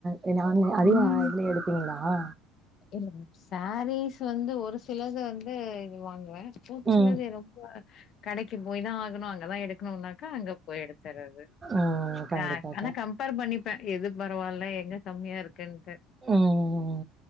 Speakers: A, on the right; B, on the left.
A: ரெனே ஆன்லை அதையு
B: ம்
A: இதுலே எடுப்பீங்களா ஆ
B: இல்ல சேரீஸ் வந்து ஒரு சிலது வந்து இது வாங்குவ ஒரு
A: ம்
B: சிலது ரொம்ப கடைக்கு போயி தா ஆகணும் அங்கதான் எடுக்கணுன்னாக்கா அங்க போயி எடுத்தறது
A: ம்
B: க
A: கண்டிப்பாக்கா.
B: ஆனா கம்பேர் பண்ணி ப்ப எது பரவாயில்ல எங்க கம்மியா இருக் இருக்கன்னுட்டு
A: ம்